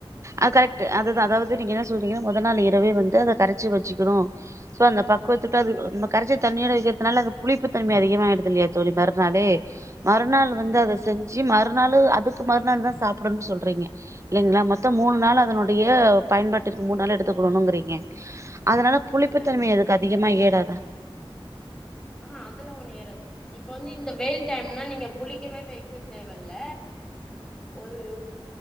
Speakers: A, on the right; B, in the centre.
A: அ கரெக்ட் அது தான் அதாவது நீங்க என்ன சொல்றீங்கன்ன முத நாள் இரவே வந்து அத கரைச்சு வச்சுக்கணும் சோ அந்த பக்குவத்துட்டு
B: ஆ
A: அது நம்ம கரைச்சு தண்ணியோட வக்கிறதுனால அது புளிப்பு தன்மை அதிகமாயிடுது இல்லையா தோழி மறுநாளு மறுநாள்
B: ஆ
A: வந்து அத செஞ்சு மர் மறுநாளு அதுக்கு மறுநாள்தான் சாப்புடனுன் சொல்றீங்க இல்லங்களா மொத்தமூணு
B: இல்
A: நாளு அதனுடைய பயன்பாட்டிற்கு மூணுநாள் எடுத்துக்கொள்ளனுங்கிறீங்க அதனால புளிப்பு
B: இல்ல
A: தன்மை அதுக்கு அதிகமா ஏறாத
B: ஆஹ் அதுல்லாம் ஒன்னும் ஏறாது இப்ப வந்து இந்த வெயில் டைம்னா நீங்க புளிக்கவே வைக்க தேவல்ல ஒரு